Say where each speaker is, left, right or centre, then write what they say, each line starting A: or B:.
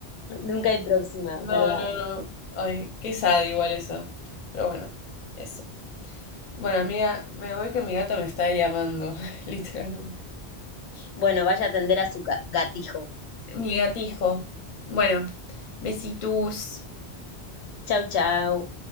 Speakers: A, on the left; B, on the left.
A: Nunca hay próxima,
B: No,
A: ¿verdad?
B: no, no. Ay, qué sad igual eso. Pero bueno, eso. Bueno, amiga, me voy que mi gato me está llamando, <laughs> literalmente.
A: Bueno, vaya a atender a su ga- gatijo.
B: mi gatijo. Bueno, besitos.
A: Chau, chau.